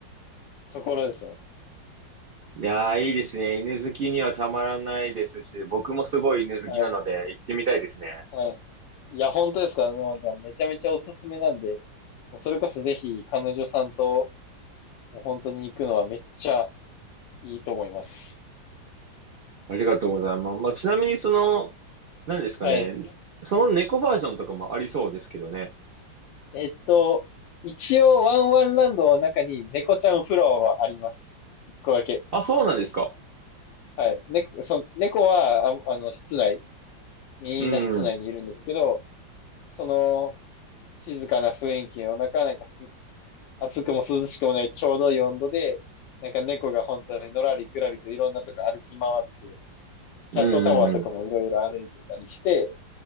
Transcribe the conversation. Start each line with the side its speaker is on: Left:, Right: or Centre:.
Left: ところですね。
Right: いやー、いいですね。犬好きにはたまらないですし、僕もすごい犬好きなので行ってみたいですね。
Left: はい。はい。いや、本当ですか、沼ちゃん。めちゃめちゃおすすめなんで、もうそれこそぜひ彼女さんと、もう本当に行くのはめっちゃいいと思います。
Right: ありがとうございます。まあ、ちなみにその、何ですかね。
Left: はい。
Right: その猫バージョンとかもありそうですけどね。
Left: えっと、一応ワンワンランドの中に猫ちゃんフロアはあります。一個だけ。
Right: あ、そうなんですか。
Left: はい。猫、そ、猫は、あ、あの、室内、みんな室内にいるんですけど、
Right: うん。うん
Left: その、静かな雰囲気の中、なんかす、暑くも涼しくもないちょうどいい温度で、なんか猫が本当にのらりくらりといろんなとこ歩き回って、
Right: うんうん。
Left: キャットタワーとかもいろいろ歩いてたりして、